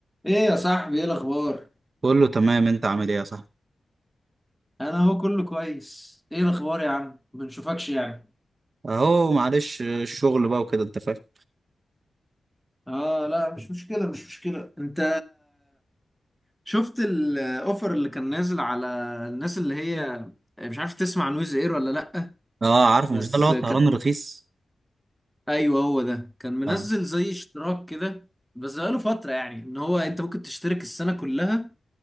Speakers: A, in the centre; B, on the right.
A: ايه يا صاحبي ايه الاخبار
B: كله تمام انت عامل ايه يا صاحبي
A: انا هو كله كويس ايه الاخبار يا عم ما بنشوفكش يعني
B: اهو معلش الشغل بقى وكده انت فاهم
A: اه لا مش مشكله مش مشكله انت شفت الاوفر اللي كان نازل على الناس اللي هي مش عارف تسمع نويز اير ولا لا
B: اه عارفه
A: بس
B: مش ده اللي هو الطيران
A: كانت
B: الرخيص
A: ايوه هو ده كان منزل
B: اه
A: زي اشتراك كده بس بقاله فتره يعني ان هو انت ممكن تشترك السنه كلها